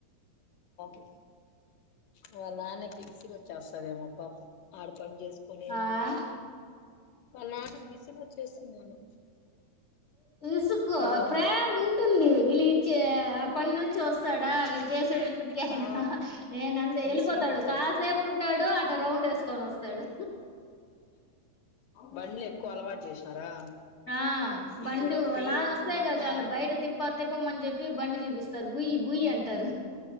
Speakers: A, on the left; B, on the left.
A: ే వాళ్ళ నాన్న కి విసుకువచేస్తాదీ ఏమో పాపం ఆడ పని చేసుకుొని
B: ఆ
A: వల నాన్నకి విసిగొచ్చేస్తుందేమో
B: ఇసుకో
A: పిల్లోలు
B: ప్రేమ ఉంటుంది వీళ్ళు ఇచ్చే ఆ పని నుంచి వస్తాడా వీళ్ళు చేసే ఇటికయనా
A: ఆ
B: నేన అంత వెళ్ళిపోతాడు
A: విసిగిపోతాడు
B: కాసేపు ఉంటాడు అటు ఓ రౌండ్ వేసుకొని వస్తాడు
A: బండ్లు ఎక్కువ అలవాటు చేసినారా
B: ఆ బండు
A: ఇప్పుడు పిల్లోలంతా
B: లానే వస్తాయి కదా చాలు బయట తిప్ప తిప్పమని చెప్పి బండి చూపిస్తారు బూయ్యి బూయ్యి అంటారు